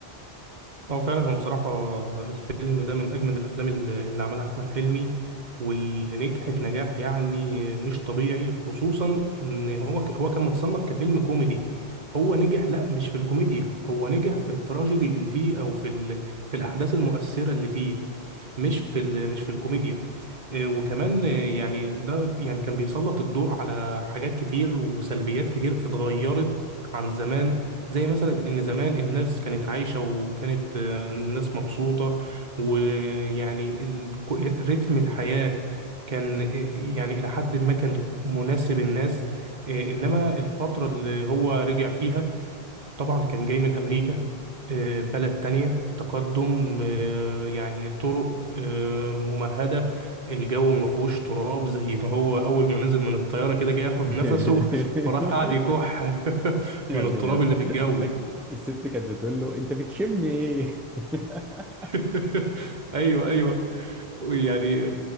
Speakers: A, on the right; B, in the centre.
A: اه فعلا هو بصراحة الفيلم ده من أجمد الأفلام اللي اللي عملها أحمد حلمي واللي نجحت نجاح يعني مش طبيعي خصوصا إن هو ك- هو كان متصنف كفيلم كوميدي هو نجح لأ مش في الكوميديا هو نجح في التراجيدي اللي فيه أو في ال... في الأحداث المؤثرة اللي فيه مش في ال- مش في الكوميديا آه، وكمان آه، يعني ده يعني كان بيسلط الضوء على حاجات كتير وسلبيات كتير اتغيرت عن زمان زي مثلا ان زمان الناس كانت عايشة وكانت آه، الناس مبسوطة ويعني ال- كو- رتم الحياة كان آه، يعني الى حد ما كان مناسب الناس آه، انما الفترة اللي هو رجع فيها طبعا كان جاي من أمريكا آه، بلد تانية تقدم آه، يعني طرق آه، ممهدة الجو ما فيهوش تراب زي ما هو أول ما نزل من الطيارة كده جاي ياخد
B: <laughs>
A: نفسه <laughs> فراح قاعد يكح <laughs>
B: يا
A: من
B: ابني
A: التراب
B: يا اسطى
A: اللي في الجو
B: الست كانت بتقول له انت بتشم ايه <laughs>
A: <laughs> ايوه ايوه يعني